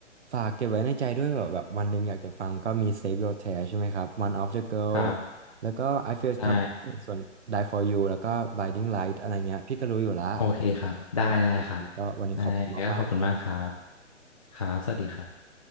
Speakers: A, on the right; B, on the left.
A: ฝากเก็บไว้ในใจด้วยแบบแบบวันหนึ่งอยากจะฟังก็มี Save Your Tear ใช่ไหมครับ One of the Girl
B: ครับ
A: แล้วก็ I Feel
B: ได้
A: Come ส่วน Die for You แล้วก็ Blinding Light อะไรเงี้ยพี่ก็รู้อยู่ละ
B: โอเคครับ
A: อืม
B: ได้ได้ครับ
A: ก็วันนี้ขอบคุณมากๆครับ
B: ได้ก็ขอบคุณมากครับ ครับ สวัสดีครับ